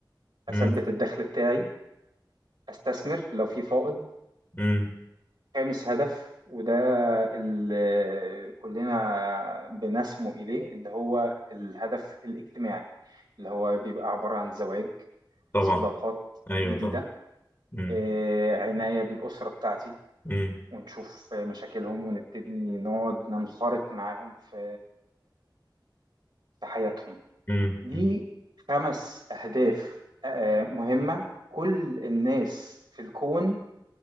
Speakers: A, on the right; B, on the left.
A: أثبت
B: امم
A: الدخل بتاعي أستثمر لو في فائض
B: امم
A: خامس هدف وده اللي كلنا بنسمو إليه اللي هو الهدف الاجتماعي اللي هو بيبقى عبارة عن زواج
B: طبعا
A: صداقات
B: ايوه
A: جديدة
B: طبعا امم
A: آه، عناية بالأسرة بتاعتي
B: امم
A: ونشوف مشاكلهم ونبتدي نقعد ننخرط معاهم في في حياتهم
B: امم
A: دي خمس أهداف آه، مهمة كل الناس في الكون